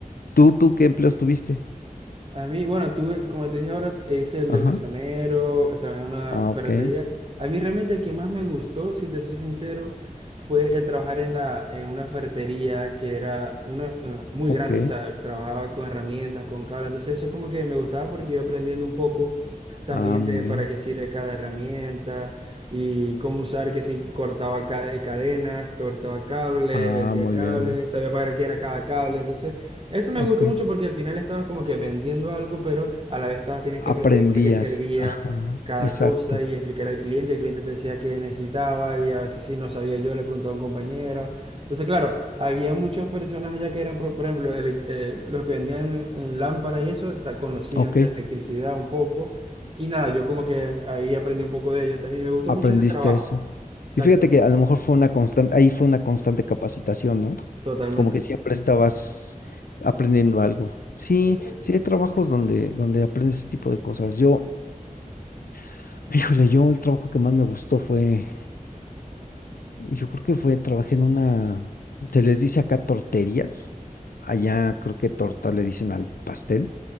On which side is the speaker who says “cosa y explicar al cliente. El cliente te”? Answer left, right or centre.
Right